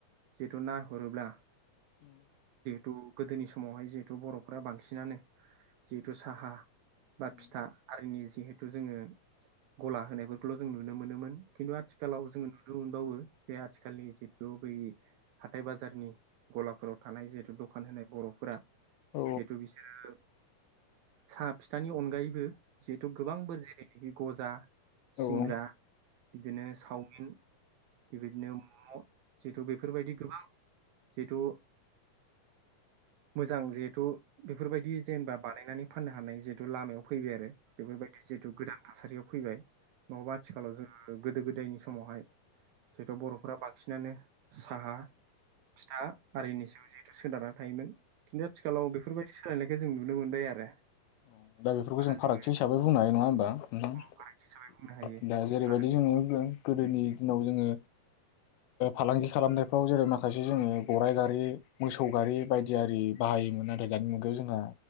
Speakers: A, on the right; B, on the left.
A: जिथु नाहरोब्ला
B: उम।
A: थु गोदोनि समावहाय जिहेतु बर'फ्रा बांसिनानो जिहेथु साहा
B: नंगौ
A: बा फिथा आरिनि जिहेथु जोङो गला होनायफोरखौल' जों नुनो मोनोमोन। खिन्थु आथिखालाव जोङो नु नो मोनबावो जे आथिखालनि जितु बै हाथाइ बाजारनि गलाफोराव थानाय जिहेतु दखान होनाय बर'फोरा
B: औ
A: जिहेथु बिसोरो साहा फिथानि अनगायैबो जिहेतु गोबां बोर <unintelligible> रै गजा
B: औ
A: सिंग्रा बिदिनो चावमिन बेबायदिनो मम' जिहेथु बेफोरबायदि गोबां जिहेथु मोजां जिहेथु बेफोरबायदि जेनेबा बानायनानै फाननो हानाय जिहेथु लामायाव फैबाय आरो बेफोरबायदि जिहेथु गोदान थासारियाव फैबाय। नङाबा आथिखालाव जोंहा ओ गोदो गोदायनि समावहाय सैथ' बर'फोरा बां सिनानो साहा, फिथा आरिनि सायाव जे सोनारना थायोमोन। खिन्थु आथिखालाव बेफोर बाय सोलायनाय खौ जों नुनो मोनबाय आरो।
B: औ दा बेफोरखौ
A: आरो
B: जों फारागथि
A: जोङो
B: हिसाबै बुंनो हायो नङा होनबा। ओम
A: फारागथि हिसाबै बुंनो हायो
B: दा जेरैबायदि
A: आरो
B: जोङो गोदोनि दिनाव जोङो ओ फालांगि खालामनायफ्राव जेरै माखासे जोङो गराइ गारि मोसौ गारि बायदि आरि बाहायोमोन नाथाय दानि मुगायाव जोंहा